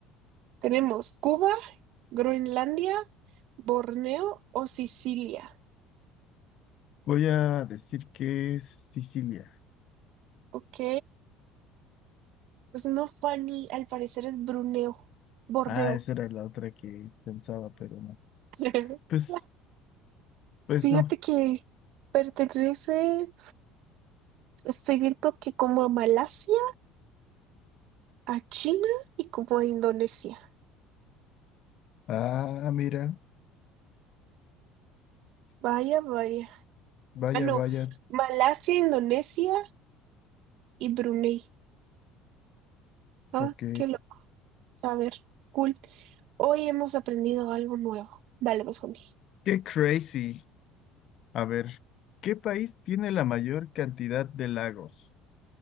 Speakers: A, on the right; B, on the left.
A: Tenemos Cuba, Groenlandia, Borneo o Sicilia.
B: Voy a decir que es Sicilia.
A: Ok. Pues no, Fanny, al parecer es Bruneo. Borneo.
B: Ah, esa era la otra que pensaba, pero no.
A: <laughs>
B: Pues, pues
A: Fíjate
B: no.
A: que pertenece Estoy viendo que como a Malasia, a China y como a Indonesia.
B: Ah, mira.
A: Vaya, vaya.
B: Vaya,
A: Ah, no.
B: vaya.
A: Malasia, Indonesia y Brunei. Ah,
B: Ok.
A: qué lo. A ver, cool. Hoy hemos aprendido algo nuevo. Dale, vamos conmigo.
B: Qué crazy. A ver, ¿qué país tiene la mayor cantidad de lagos?